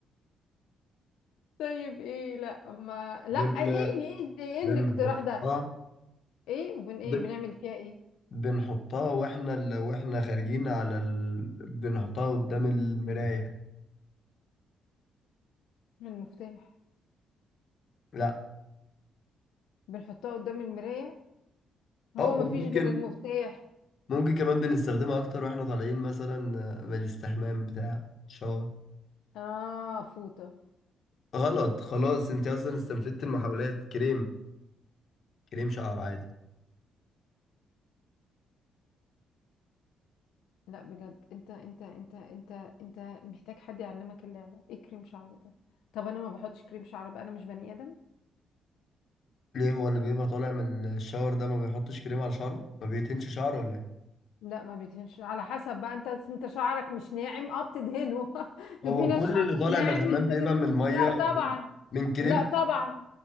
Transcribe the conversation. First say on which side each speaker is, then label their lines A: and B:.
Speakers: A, on the left (about 85°); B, on the left (about 55°).
A: طيب ايه لا ما لا
B: بن
A: ايه ايه ده؟ ايه
B: بنحطها
A: الاقتراح ده ايه وبن ايه
B: ب...
A: بنعمل فيها ايه
B: بنحطها واحنا ال... واحنا خارجين على ال... بنحطها قدام المراية
A: المفتاح
B: لا
A: بنحطها قدام المراية هو
B: اه
A: ما فيش
B: ممكن
A: غير المفتاح
B: ممكن كمان بنستخدمها اكتر واحنا طالعين مثلا آه، من الاستحمام بتاع شاور
A: اه فوطة
B: غلط خلاص انت اصلا استنفدت المحاولات كريم كريم شعر عادي
A: لا بجد انت انت انت انت انت محتاج حد يعلمك اللعبة ايه كريم شعر ده طب انا ما بحطش كريم شعر بقى انا مش بني ادم
B: ليه هو اللي بيبقى طالع من الشاور ده ما بيحطش كريم على شعره ما بيتنش شعره ولا ايه
A: لا ما بيدهنش على حسب بقى انت انت شعرك مش ناعم اه بتدهنه <laughs> في
B: هو
A: ناس
B: كل
A: شعرها
B: اللي طالع
A: ناعم
B: من الحمام
A: مش بتد...
B: بيبقى من ميه
A: لا طبعا
B: من كريم
A: لا طبعا